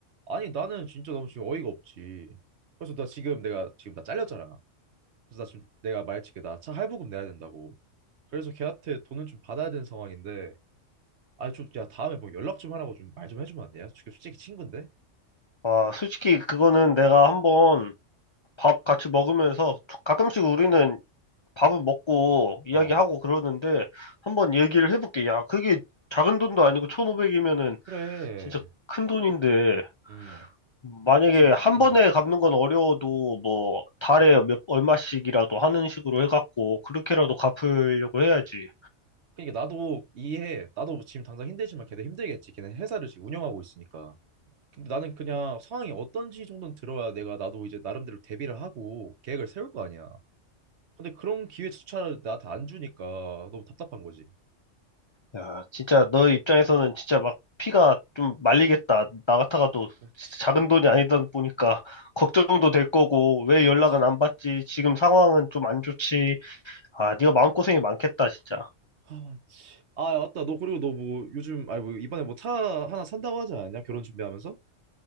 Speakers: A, on the right; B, on the left.
A: 아니 나는 진짜 너무 지금 어이가 없지 그래서 나 지금 내가 지금 나 잘렸잖아 그래서 나 지금 내가 말했지 나차 할부금 내야 된다고 그래서 걔한테 돈을 좀 받아야 되는 상황인데 아니 좀 야 다음에 뭐 연락 좀 하라고 좀 말 좀 해주면 안 돼요? 솔직히 친구인데
B: 아, 솔직히 그거는 내가 한번 밥 같이 먹으면서, 가끔씩 우리는 밥을 먹고 이야기하고
A: 음어어
B: 그러는데, 한번 얘기를 해볼게. 야, 그게 작은 돈도 아니고 1,500이면은
A: 그래
B: 진짜 큰 돈인데,
A: 음
B: 만약에
A: 진,
B: 한
A: 음
B: 번에 갚는 건 어려워도 뭐 달에 몇 얼마씩이라도 하는 식으로 해갖고 그렇게라도 갚으려고 해야지.
A: 그러니까 나도 이해해 나도 뭐 지금 당장 힘들지만 걔네 힘들겠지 걔네 회사를 지금 운영하고 있으니까 근데 나는 그냥 상황이 어떤지 정도는 들어야 내가 나도 이제 나름대로 대비를 하고 계획을 세울 거 아니야. 근데 그런 기회조차 나한테 안 주니까 너무 답답한 거지.
B: 야, 진짜 너 입장에서는 진짜 막 피가 좀 말리겠다. 나 같아가도
A: 그렇지,
B: 진짜 작은 돈이 아니다 보니까 걱정도 될 거고 왜 연락은
A: 맞지.
B: 안 받지? 지금 상황은 좀 안 좋지. 아, 네가 마음고생이 많겠다, 진짜.
A: 아, 맞지. 아, 맞다. 너 그리고 너 뭐 요즘 아니 뭐 이번에 뭐 차 하나 산다고 하지 않았냐? 결혼 준비하면서?